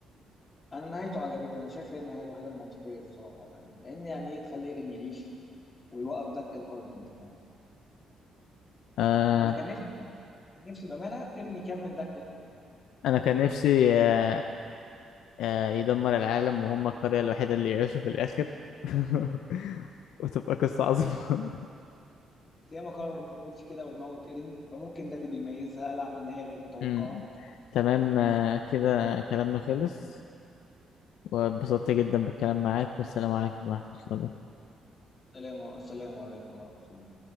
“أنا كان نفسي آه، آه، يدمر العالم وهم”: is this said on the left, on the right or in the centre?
Left